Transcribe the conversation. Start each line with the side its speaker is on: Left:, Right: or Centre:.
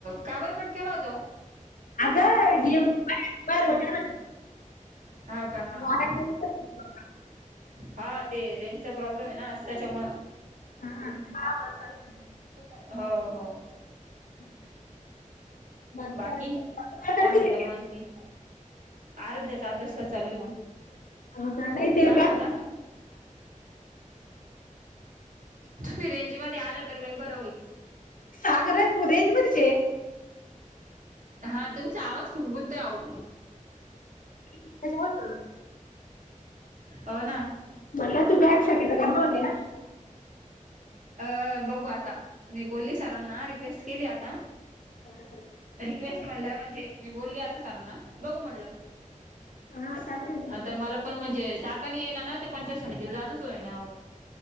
Right: का बर कट केला होता हो?
Left: बर बर करा.
Right: हा का हा
Left: वाया
Right: हा
Left: गेले तर.
Right: हा ते रेंजचा प्रॉब्लेम आहे ना त्याच्या मुळ.
Left: हा हा, चालेल ना.
Right: हो हो
Left: <inaudible>
Right: बाकी
Left: काय तू करते
Right: काय म्हणता
Left: रे?
Right: मग आणखी? आराध्याचा अभ्यास कसा चालू आहे मग?
Left: हो का नाही ते
Right: काय
Left: बॅग
Right: म्हणता? तुम्ही रेंज मध्ये आला तर लई बर होईल..
Left: अग रेंज रेंज मधचे आहे.
Right: हा तुमचा आवाज खूप गुततोय आहो.
Left: त्याच्यावर बोल.
Right: हो ना.
Left: म्हणल तू बँक शाखेचा करणार होती ना.
Right: अ बघू आता मी बोलली सरांना रिक्वेस्ट केली आता.
Left: कोणाकडं
Right: रिक्वेस्ट म्हटलं म्हणजे मी बोलली आता सरांना बघू म्हटलं.
Left: हा चालेल ना.
Right: आता मला पण म्हणजे जाता नी येना ना ते पंचायत समिती जाणच होई ना हो.